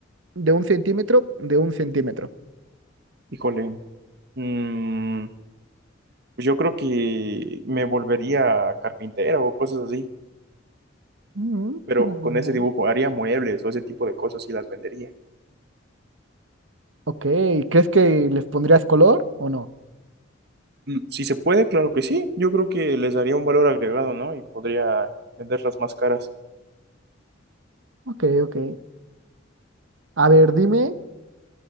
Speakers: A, on the right (about 80°); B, on the right (about 55°).
A: de un centímetro, de un centímetro.
B: Híjole, mm, pues yo creo que me volvería carpintera o cosas así,
A: Mm,
B: pero
A: muy
B: con
A: buena.
B: ese dibujo haría muebles o ese tipo de cosas y las vendería.
A: Ok, ¿crees que les pondrías color o no?
B: Mm, Si se puede, claro que sí. Yo creo que les daría un valor agregado, ¿no? Y podría venderlas más caras,
A: Ok, ok. A ver, dime,